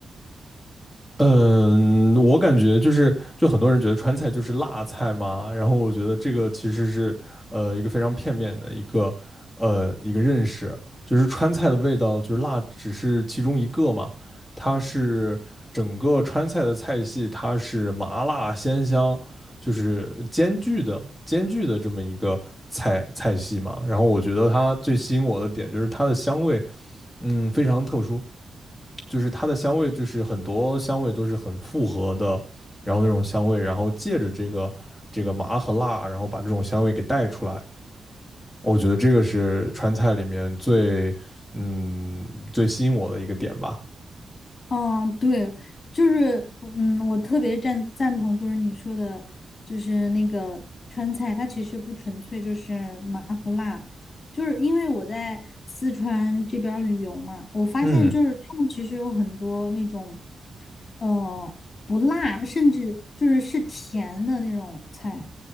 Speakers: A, in the centre; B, on the left.
A: 嗯，我感觉就是，就很多人觉得川菜就是辣菜嘛，然后我觉得这个其实是呃一个非常片面的一个呃一个认识，就是川菜的味道就是辣只是其中一个嘛，它是整个川菜的菜系，它是麻辣鲜香就是兼具的兼具的这么一个菜菜系嘛，然后我觉得它最吸引我的点就是它的香味，嗯，非常特殊。就是它的香味就是很多香味都是很复合的，然后那种香味，然后借着这个这个麻和辣，然后把这种香味给带出来。我觉得这个是川菜里面最嗯最吸引我的一个点吧。
B: 嗯，对，就是，嗯，我特别赞赞同，就是你说的，就是那个川菜，它其实不纯粹就是麻和辣，就是因为我在四川这边儿旅游嘛，我发现就是他们其实有很多那种，
A: 嗯
B: 呃，不辣，甚至就是是甜的那种菜。